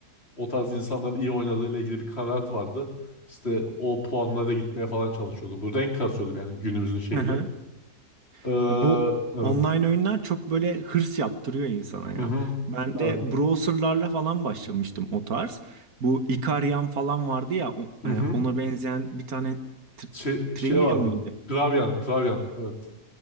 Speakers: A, on the left; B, on the right.
A: o tarz insanların iyi oynadığıyla ilgili bir kanaat vardı. İşte o puanlara gitmeye falan çalışıyordum. Bu renk kasıyordum yani günümüzün şeyiyle.
B: <laughs>
A: Ee,
B: Ya Bu
A: evet.
B: online oyunlar çok böyle hırs yaptırıyor insana ya.
A: Hı hı.
B: Ben de
A: Evet.
B: browserlarla falan başlamıştım o tarz. Bu Ikariam falan vardı ya o-
A: Hı hı.
B: e, ona benzeyen bir tane tri-
A: Şey,
B: trivia
A: şey vardı.
B: mı
A: Travyan. Travyan. Evet.